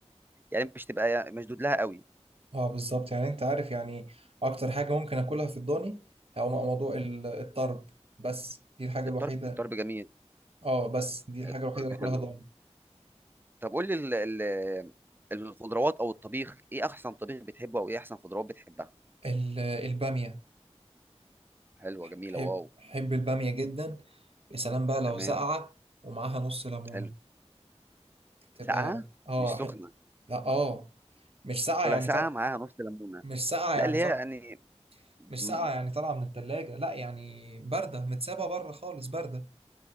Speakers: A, on the right; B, on the right.
A: يعني مش تبقى مشدود لها قوي
B: اه بالظبط يعني أنت عارف يعني أكتر حاجة ممكن أكلها في الضاني هو موضوع ال- الطرب بس دي الحاجة
A: الطرب
B: الوحيدة
A: الطرب جميل
B: اه بس دي الحاجة
A: الطرب
B: الوحيدة اللي أكلها
A: حلو
B: ضاني
A: طب قول لي ال... ال... الخضروات او الطبيخ ايه احسن طبيخ بتحبه او ايه احسن خضروات بتحبها
B: ال- البامية
A: حلوه جميله
B: حب
A: واو
B: حب البامية جدا يا سلام بقى لو
A: تمام
B: ساقعة ومعاها نص ليمونة
A: حلو
B: تبقى
A: ساقعه
B: اه
A: مش سخنه
B: حب... لا اه مش ساقعة
A: اكلها
B: يعني
A: ساقعه
B: طر...
A: معاها نص ليمونه
B: مش ساقعة
A: لا
B: يعني
A: اللي هي
B: طر...
A: يعني
B: مش
A: م-
B: ساقعة يعني طالعة من التلاجة لا يعني باردة متسابة بره خالص باردة